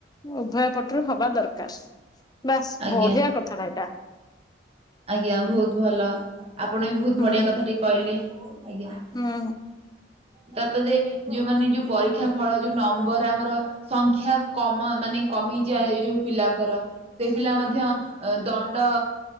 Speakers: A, on the left; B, on the right.
A: ଉଭୟ ପଟରୁ ହବା ଦରକାର ବାସ୍
B: ଆଜ୍ଞା
A: ବଢିଆ କଥାଟା ଏଇଟା
B: ଆଜ୍ଞା ବହୁତ ଭଲ ଆପଣ ବି ବହୁତ
A: ହୁଁ
B: ବଢିଆ କଥା ଟିକେ କହିଲେ ଆଜ୍ଞା।
A: ହୁଁ
B: ତାପରେ ଯୋଉ ମାନ ଯୋଉ ପରୀକ୍ଷା ଫଳ ଯୋଉ ନମ୍ବର ଆମର ସଂଖ୍ୟା କମ ମାନେ କମିଯାଏ ଏ ଯୋଉ ପିଲାଙ୍କର ସେଇ ପିଲା ମଧ୍ୟ ଦଣ୍ଡ